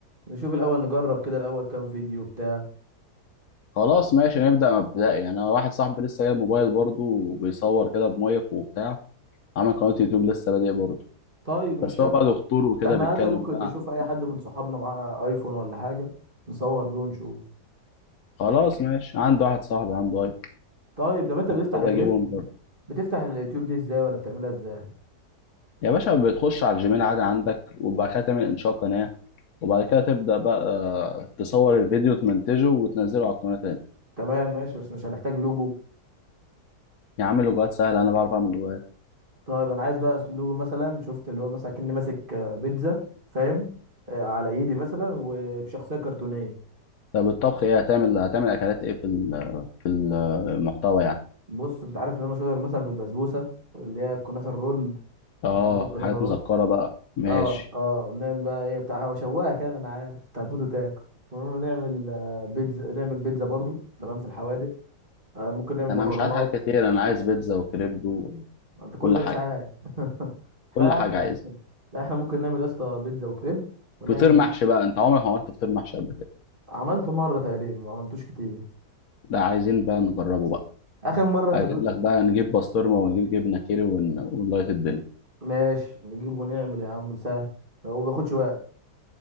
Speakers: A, on the right (about 30°); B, on the left (about 65°).
A: نشوف الاول نجرب كده الاول كام فيديو بتاع
B: خلاص ماشي نبدأ مبدئي يعني انا واحد صاحبي لسه جايب موبايل برضه وبيصور كده بمايك وبتاع عامل قناة يوتيوب لسه بادئ برضه
A: طيب مش
B: بس
A: شرط
B: هو بقى دكتور وكده
A: ده احنا
B: بيتكلم
A: حتى ممكن
B: بقى
A: نشوف
B: عن-
A: اي حد من صحابنا معاه ايفون ولا حاجه نصور بيه ونشوف
B: خلاص ماشي عنده واحد صاحبي عنده ايفون
A: طيب طب انت
B: لو
A: بتفتح
B: كده
A: بتف-
B: اجيبه من برضه
A: بتفتح اليوتيوب دي ازاي ولا بتعملها ازاي
B: يا باشا بتخش على الجيميل عادي عندك وبعد كده تعمل انشاء قناة وبعد كده تبدأ بقى آه، تصور الفيديو تمنتجه وتنزله على القناة تاني
A: تمام ماشي بس مش هنحتاج لوجو
B: يا عم لغات سهلة أنا بعرف أعمل لغات
A: طيب انا عايز بقى لوجو مثلا شفت اللي هو مثلا كأني ماسك آه، بيتزا فاهم آه، على ايدي مثلا وبشخصيه كرتونيه
B: طب الطبخ إيه هتعمل هتعمل أكلات إيه في ال- في المحتوى يعني
A: بص انت عارف ان انا شاطر مثلا في البسبوسه اللي هي الكنافه الرول
B: آه
A: ممكن نعمل كنافه
B: حاجات
A: رول
B: مسكرة بقى ماشي
A: اه اه نعمل بقى ايه بتاع شواها كان انا عارف انت هتموت وتاكل المهم نعمل آه، بيتزا نعمل بيتزا برضو تمام في الحوادق آه، ممكن نعمل
B: أنا
A: مكرونات
B: مش عايز حاجات كتير أنا عايز بيتزا وكريب
A: انت كل
B: وكل
A: ده
B: حاجة
A: مش عارف <laughs> احنا
B: كل
A: يا عم
B: حاجة
A: احنا
B: عايز
A: لسه- لا احنا ممكن نعمل يا اسطى بيتزا وكريب ونعمل
B: فطير محشي بقى أنت عمرك ما عملت فطير محشي قبل كده
A: عملته مره تقريبا ما عملتوش كتير
B: لا عايزين بقى نجربه بقى
A: اخر مره انت
B: أجيب
A: دوت
B: لك بقى نجيب بسطرمة ونجيب جبنة كيري ون- ونلايت الدنيا
A: ماشي نجيب ونعمل يا عم سهل هو ما بياخدش وقت